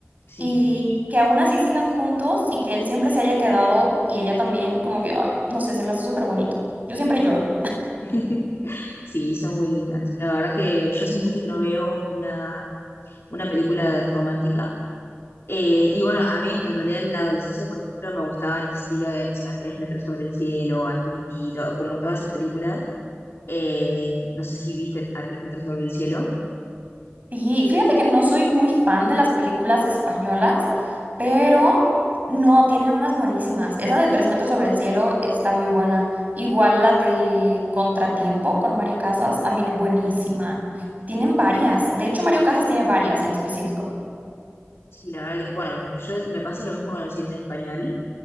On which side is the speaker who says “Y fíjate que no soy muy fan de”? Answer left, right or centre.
Right